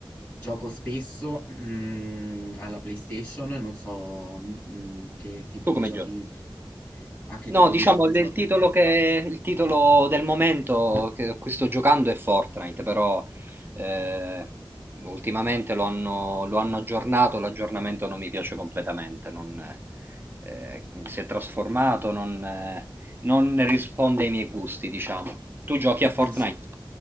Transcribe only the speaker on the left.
Gioco spesso mm, alla PlayStation, non so mm, che tipo
di
giochi,
a che
tipo
di giochi
giochi.
Penso,